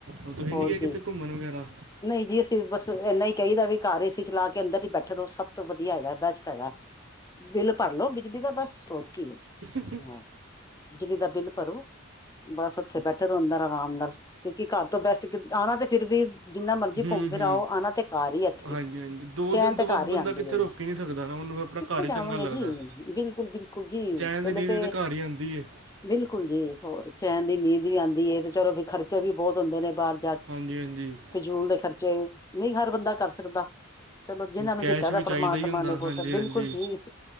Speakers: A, on the right (about 65°); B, on the left (about 15°).
A: ਹਰ ਤੁਸੀਂ
B: ਹੋਰ
A: ਨਹੀਂ ਗਏ ਕਿੱਥੇ
B: ਜੀ
A: ਘੁੰਮਣ ਵਗੈਰਾ?
B: ਨਹੀਂ ਜੀ ਅਸੀਂ ਬਸ ਇੰਨਾ ਹੀ ਕਹੀਦਾ, ਵੀ ਘਰ ਏਸੀ ਚਲਾ ਕੇ ਅੰਦਰ ਹੀ ਬੈ ਠੋ ਰਾਓ, ਸਭ ਤੋਂ ਵਧੀਆ ਹੈਗਾ ਬੈਸਟ ਹੈਗਾ, ਬਿੱਲ ਭਰ ਲੋ ਬਿਜਲੀ ਦਾ ਬਸ ਹੋਰ ਕੀ।
A: ਹੁ
B: ਹੈ ਬਿਜਲੀ ਦਾ ਬਿਲ ਭਰੋ। ਬਸ ਉੱਥੇ ਬੈਠੇ ਰਹੋ ਅੰਦਰ ਆਰਾਮ ਨਾਲ, ਕਿਉਂਕਿ ਘਰ ਤੋਂ ਬੈਸਟ, ਆਣਾ ਤੇ ਫਿਰ ਵੀ ਜਿੰਨਾ ਮਰਜ਼ੀ
A: ਹੂੰ
B: ਘੁੰਮ ਫਿਰ
A: ਹੂੰ
B: ਆਓ, ਆਨਾ ਤੇ ਘਰ ਹੀ ਆਖੀਰ
A: ਹਾਂਜੀ ਹਾਂਜੀ ਦੋ
B: ਚੈਨ
A: ਦਿਨ
B: ਤੇ
A: ਤੋਂ ਵੱਧ
B: ਘਾਰ
A: ਬੰਦਾ
B: ਹੀ ਆਉਂਦੀ
A: ਕਿੱਥੇ
B: ਐ।
A: ਰੁਕ ਹੀ ਨਹੀਂ ਸਕਦਾ ਨਾ ਉਹਨੂੰ ਫਿਰ ਆਪਣਾ
B: ਕਿੱਥੇ
A: ਘਰ ਹੀ
B: ਜਾਵਾਂਗੇ
A: ਚੰਗਾ ਲੱਗਦਾ
B: ਜੀ, ਬਿਲਕੁਲ ਬਿਲਕੁਲ ਜੀ
A: ਚੈਨ
B: ਪਹਿਲੇ
A: ਦੀ ਨੀਂਦ
B: ਤੇ
A: ਵੀ ਤਾਂ ਘਰ ਹੀ ਆਉਂਦੀ ਏ
B: ਬਿਲਕੁਲ ਜੀ, ਹੋਰ ਚੈਨ ਦੀ ਨੀਂਦ ਵੀ ਆਦੀ ਐ ਤੇ ਚਲੋ ਖਰਚੇ ਵੀ ਬਹੁਤ ਹੁੰਦੇ ਨੇ ਬਾਹਰ
A: ਹਾਂਜੀ ਹਾਂਜੀ।
B: ਫਿਜ਼ੂਲ ਦੇ ਖਰਚੇ ਨਈ ਹਰ ਬੰਦਾ ਕਰ ਸਕਦਾ। ਚਲੋਂ ਜਿਹਨਾਂ ਨੂੰ
A: ਕੈਸ਼
B: ਦਿੱਤਾ ਦਾ
A: ਵੀ
B: ਪਰਮਾਤਮਾ
A: ਚਾਹੀਦਾ ਹੀ ਹੁੰਦਾ
B: ਨੇ ਬੋਤਾ
A: ਹਾਂਜੀ
B: ਬਿਲਕੁਲ
A: ਹਾਂਜੀ
B: ਜੀ।